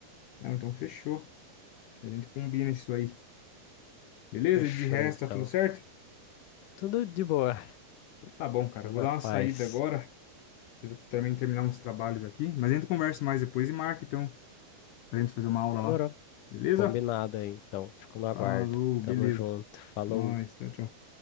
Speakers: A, on the left; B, on the left.
A: Não, então fechou. A gente combina isso aí. Beleza?
B: Fechou,
A: De resto,
B: então.
A: tá tudo certo?
B: Tudo de boa.
A: Tá bom, cara.
B: Tudo
A: Vou
B: na
A: dar uma
B: paz.
A: saída agora. Preciso também terminar uns trabalhos aqui. Mas a gente conversa mais depois e marca, então, pra gente fazer uma aula
B: Demorou.
A: lá. Beleza?
B: Combinado aí, então. Fico no aguardo.
A: Falou,
B: Tamo
A: beleza.
B: junto. Falou.
A: Nós, tchau, tchau.